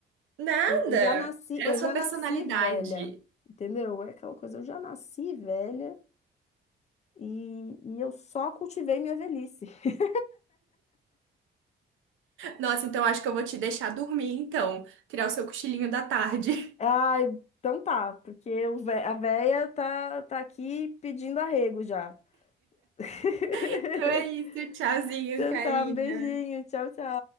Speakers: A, on the right; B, on the left.
A: Nada!
B: Eu, eu já nasci,
A: É
B: eu
A: a sua
B: já
A: personalidade.
B: nasci velha. Entendeu? É aquela coisa, eu já nasci velha e, e eu só cultivei minha velhice. <laughs>
A: Nossa, então acho que eu vou te deixar dormir, então. Tirar o seu cochilinho da tarde. <laughs>
B: Ah, então tá, porque o ve- a véia tá, tá aqui pedindo arrego já. <laughs>
A: Então é isso, tchauzinho,
B: Então
A: Karina.
B: tá, um beijinho, tchau, tchau.